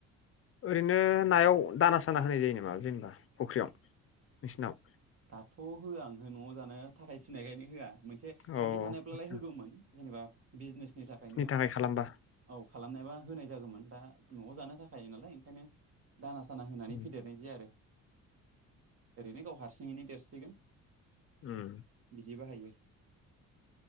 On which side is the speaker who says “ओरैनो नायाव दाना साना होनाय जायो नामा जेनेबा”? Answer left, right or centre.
Left